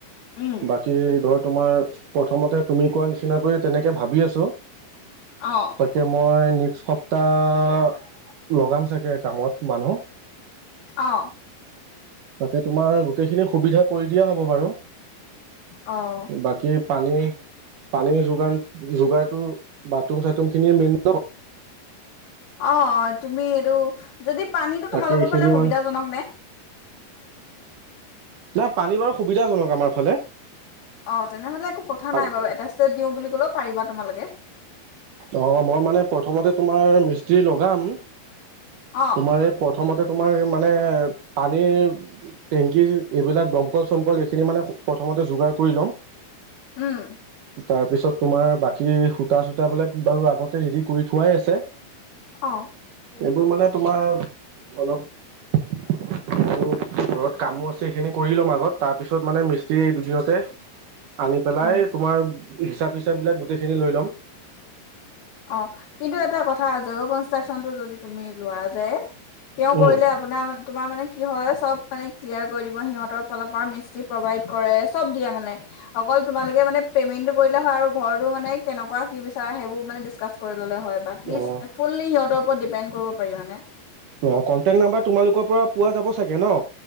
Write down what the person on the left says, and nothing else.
উম,
অ',
অহ
অ'।
অ তুমি এইটো যদি পানীটো
তোমালোকৰ
ফালে সুবিধাজনক
নে
অ তেনেহলে একো কথা
নাই বাৰু এটা ষ্টেপ দিওঁ বুলি কলে পাৰিবা তোমালোকে এ
অ
উম
অ
উম
অ কিন্তু এটা কথা জগ কনষ্ট্ৰাক্যনটো যদি তুমি লোৱা যায় তেওঁ
কৰিলে আপোনাৰ তোমাৰ মানে কি হয় চব মানে ক্লিয়াৰ কৰি দিব সিহঁতৰ ফালৰ পৰা মিস্তী প্ৰভাইড কৰে চব দিয়ে মানে অকল তোমালোকে মানে পেমেন্টটো কৰিলে হয় আৰু ঘৰটো মানে কেনেকুৱা কি বিচাৰা সেইবোৰ মানে ক কৰে হয় বাকী
ফুল সিহতৰ ওপৰত ডিপেণ্ড কৰিব পাৰিবানে